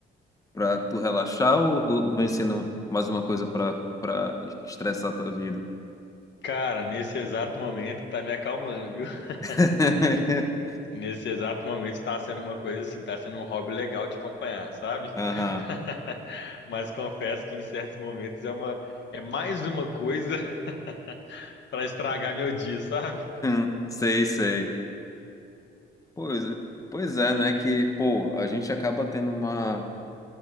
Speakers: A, on the left (about 15°); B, on the left (about 65°).
A: para tu relaxar ou, ou vem sendo mais uma coisa para para estressar a tua vida?
B: Cara, nesse exato momento tá me acalmando, viu? <laughs>
A: <laughs>
B: Nesse exato momento tá sendo uma coisa assim, tá sendo um hobby legal de acompanhar, sabe?
A: Aham,
B: <laughs> Mas confesso que em certos momentos é uma é mais uma coisa <laughs> pra estragar meu dia, sabe?
A: hum, sei, sei. Pois é, pois é, né? Que, pô, a gente acaba tendo uma.